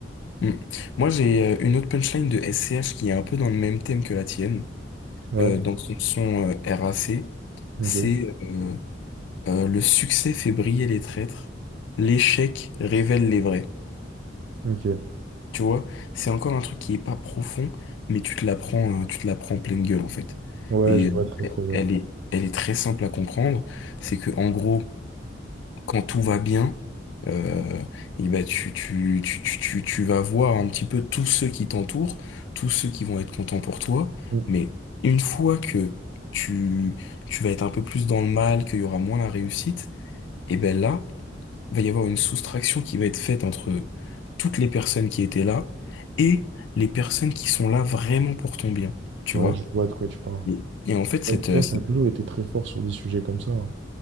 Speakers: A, on the left; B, on the right.
A: Mm. Moi, j'ai euh, une autre punchline de S C H qui est un peu dans le même thème que la tienne,
B: Ouais.
A: euh, dans son son euh, R A C,
B: Ok.
A: C'est euh, euh, le succès fait briller les traîtres, l'échec révèle les vrais.
B: Ok.
A: Tu vois, c'est encore un truc qui est pas profond, mais tu te la prends, euh, tu te la prends en pleine gueule en fait.
B: Ouais,
A: Et
B: je
A: euh,
B: vois très
A: elle
B: très bien.
A: elle est, elle est très simple à comprendre. C'est que en gros, quand tout va bien, euh, et ben tu, tu, tu, tu, tu, tu vas voir un petit peu tous ceux qui t'entourent, tous ceux qui vont être contents pour toi.
B: Mm.
A: Mais une fois que tu, tu vas être un peu plus dans le mal, qu'il y aura moins la réussite, et ben là va y avoir une soustraction qui va être faite entre toutes les personnes qui étaient là et les personnes qui sont là vraiment pour ton bien, tu
B: Ouais,
A: vois?
B: je vois de quoi tu parles.
A: Et et en fait, cette,
B: L'expert
A: euh, cette-
B: a toujours été très fort sur des sujets comme ça. hein.